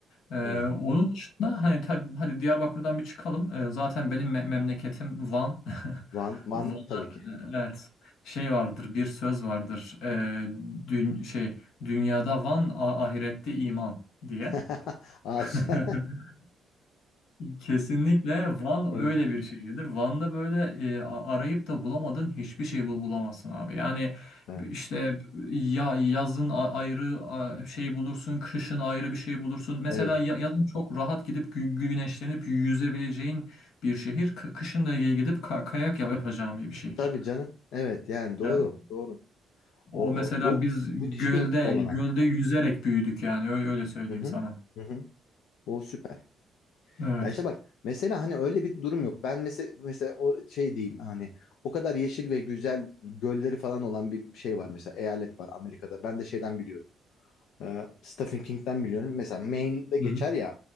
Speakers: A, on the left; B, on the left.
A: Ee,
B: Evet.
A: onun dışında hani tabii hadi Diyarbakır'dan bir çıkalım. Ee, zaten benim me- memleketim Van. <laughs>
B: Van, Van
A: Van'a
B: tabii ki.
A: evet. Şey vardır, bir söz vardır. Ee, dün şey dünyada Van, a- ahirette iman diye.
B: <laughs> Asya.
A: <laughs> Kesinlikle Van
B: Evet.
A: öyle bir şehirdir. Van'da böyle e, a- arayıp da bulamadığın hiçbir şey bul bulamazsın abi. Yani
B: Ha,
A: işte ya yazın a- ayrı a, şey bulursun, kışın ayrı bir şey bulursun. Mesela
B: evet.
A: ya- yazın çok rahat gidip gü- güneşlenip yüzebileceğin bir şehir, K- kışın da gidip ka- kayak yap- yapacağın bir bir şehir.
B: Tabii canım. Evet yani doğru.
A: Yani
B: Doğru.
A: o
B: O,
A: mesela
B: o do-
A: biz
B: müthiş
A: gölde
B: bir olanak.
A: gölde yüzerek büyüdük yani öyle, öyle söyleyeyim
B: Hı hı.
A: sana.
B: Hı hı. O süper.
A: Evet.
B: Ya işte bak mesela hani öyle bir durum yok. Ben mesela mesela o şey diyeyim hani o kadar yeşil ve güzel gölleri falan olan bir şey var mesela eyalet var Amerika'da. Ben de şeyden biliyorum. Ee, Stephen King'den biliyorum. Mesela Maine'de geçer
A: Hı hı.
B: ya